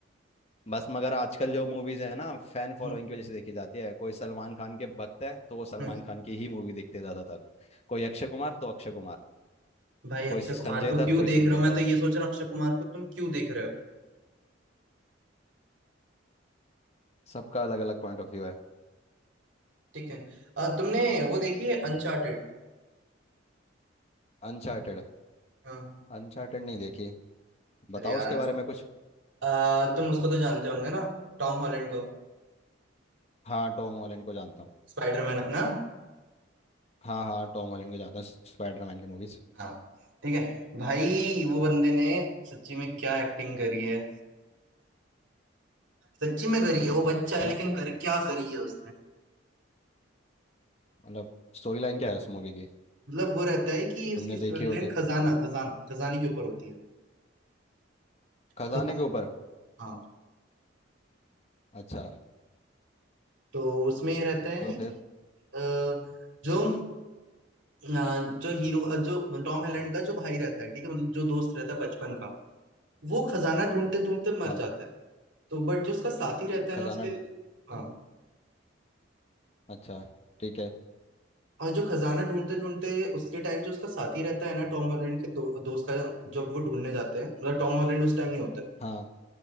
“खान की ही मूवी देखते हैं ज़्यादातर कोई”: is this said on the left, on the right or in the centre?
Left